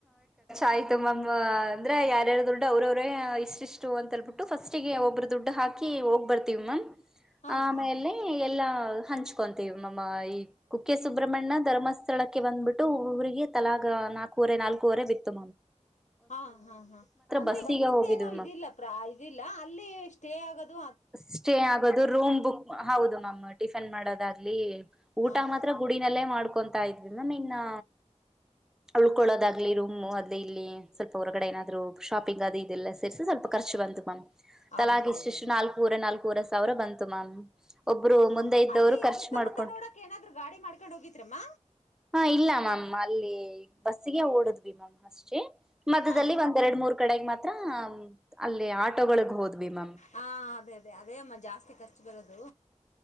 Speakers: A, in the centre; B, on the left.
A: ಆಯ್ತು ಮ್ಯಾಮ್ ಅಂದ್ರೆ ಯಾರ್ಯಾರ ದುಡ್ಡು ಅವ್ರವ್ರೇ ಇಷ್ಟಿಷ್ಟು ಅಂತ ಅಳ್ಬಿಟ್ಟು ಫಸ್ಟ್ಿಗೆ ಒಬ್ಬ್ರ ದುಡ್ಡು ಹಾಕಿ ಹೋಗ್ಬರ್ತೀವಿ ಮ್ಯಾಮ್
B: ಹಾ
A: ಆಮೇಲೆ
B: ಹಾ ಹಾ
A: ಎಲ್ಲಾ ಹಂಚ್ಕೊಂತೀವಿ ಮಮ್ಮ ಈ ಕುಕ್ಕೆ ಸುಬ್ರಹ್ಮಣ್ಯ ಧರ್ಮಸ್ಥಳಕ್ಕೆ ಬಂದ್ಬಿಟ್ಟು ಊಿಗೆ ತಲಾ ನಾಲ್ಕೂವರೆ ನಾಲ್ಕೂುವರೆ ಬಿತು
B: ಹಾ ಹಾ ಹಾ ಅಂದ್ರೆ
A: ಬಸ್ಸಿಗೆ
B: ಬಸ್ಿಂದ
A: ಹೋಗಿದ್ವಿ
B: ಏನೋ ಇದಿಲ್ಲ
A: ಮ್ಯಾಮ್
B: ಪ್ರ ಇದಿಲ್ಲ ಅಲ್ಲಿ ಸ್ಟೇ ಆಗದು
A: ಸ್ಟೇ ಆಗೋದು ರೂಮ್ ಬುಕ್ ಹೌದು ಮ್ಯಾಮ್ ಟಿಫನ್ ಮಾಡೋದು ಲಿ ಊಟ
B: ಹಾ ಹಾ
A: ಮಾತ್ರ ಗುಡಿನಲ್ಲೇ ಮಾಡ್ಕ ಕೊತ ಇದ್ವಿ ಮ್ಯಾಮ್ ಇನ್ನು ಉಳ್ಕೊಳ್ಳೋದಾಗ್ಲಿ ರೂಮ್ ಅ್ ಇಲ್ಲಿ ಸ್ವಲ್ಪ ಹೊರಗಡೆ ಏನಾದ್ೂ ಶಾಪಿಂಗ್ ಅದು ಇದೆಲ್ಲ ಸೇರಿಸಿ ಸ್ವಲ್ಪ ಖರ್ಚು ಬಂತು ಮ್ಯಾಮ್ ತಲಾಗಿಿು
B: ಹೌದೌದೌದು
A: ನಾಲ್ಕು ನಾಲ್ಕೂರ ಸಾವಿರ ಬಂತು ಮ್ಯಾಮ್ ಒಬ್ರು
B: ಓಹೋ
A: ಮುಂದೆ ಇದ್ದವರು
B: ಅಲ್ಲಿ
A: ಖರ್ಚು
B: ಸುತ್ತಮುತ್ತ
A: ಮಾಡ್ಕೊಂಡರು
B: ನೋಡಕ್ ಏನಾದ್ರು ಗಾಡಿ ಮಾಡ್ಕೊಂಡ್ ಹೋಗಿದ್ರಮ್ಮ
A: ಹಾ ಇಲ್ಲ ಮ್ಯಾಮ್ ಅಲ್ಲಿ ಬಸ್ಗೆ ಓಡದ್ವಿ ಮ್ಯಾಮ್ ಅಷ್ಟೆ ಮಧ್ಯದಲ್ಲಿ
B: ಹಾ
A: ಒಂದ್ೆರಡ್ ಮೂರ್ ಕಡೆಗೆ ಮತ್ತ ಅಲ್ಲಿ ಆಟೋಗಳಿಗೆ ಹೋದ ವಿಮಂ
B: ಹಾ ಅದೇ ಅದೇ ಅದೇ ಅಮ್ಮ ಜಾಸ್ತಿ ಖರ್ಚು ಬರದು